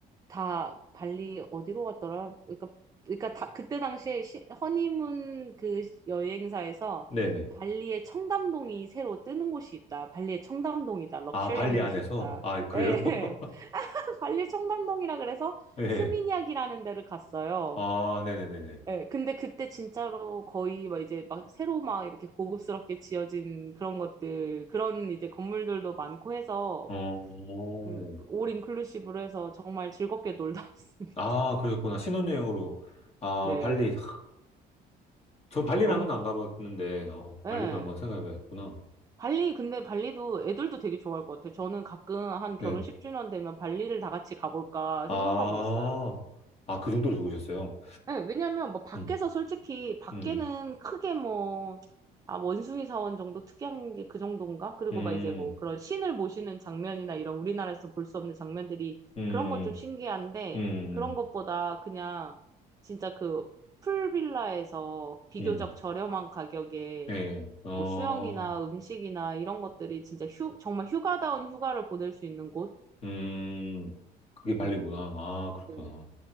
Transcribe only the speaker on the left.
네네.
아, 발리 안에서?
아, 그래요?
<laughs>
예.
아, 네네네네.
어,
아, 그러셨구나. 신혼여행으로. 아,
발리. 하, 저 발리는
한 번도 안 가봤는데, 어,
발리도 한번 생각해봐야겠구나.
네.
아,
아, 그 정도로 좋으셨어요.
음,
음,
음,
음,
음, 음,
음.
예, 어,
음, 그게 발리구나.
아, 그렇구나.